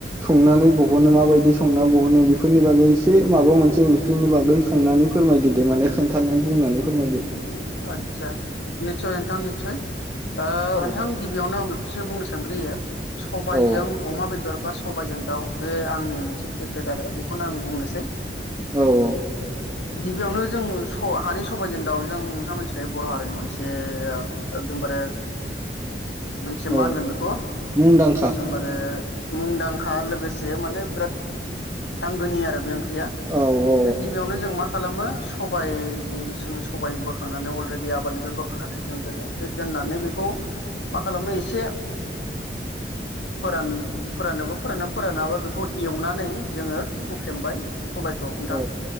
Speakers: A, on the right (about 15°); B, on the left (about 90°).
A: संनानै बहनो माबायदि संना बहनो बेफोरनि बागैसे मबा मोनसे ओंख्रिनि बांगै संनानै फोरमायदोदे माने खोन्थानानै बुंनानै फोरमायदो
B: आतसा निसय नोंथां निसय ओ
A: औ
B: नोंथां गिबियावनो आं बेखौसो बुंनो सानग्रोयो सबायजों
A: औ
B: अमा बेद दर बा सबायजों दाउ बे आंनि मोनसे फेभ्रेट आरो बेखौनो आं बुंनोसै।
A: औ‌ औ।
B: गिबियावनो जों स हानि सबायजों दाउजों मोनथिखायो बर' हारिनि मोनसे एकदमबारे मोनसे
A: औ
B: मा होनगोन बेखौ
A: मुंदांखा
B: एकदमबारे मुंदांखा लोगोसे माने बिराद आंगोनि आरो बे ओं ख्रिया
A: औ औ
B: गिबियावनो जों मा खालामो सबाय जि जों सबाय बोख बोखांनानै अलरेडि आबादनिफ्राय बोखांनानै जों दोनो बे दोननानै बेखौ मा खालामनो एसे <inaudible> फोरान फोरानोबा फोरानना फोरानाबा बेखौ एवनानै जोङो हुख्रेमबाय सबायखौ नोंथां
A: औ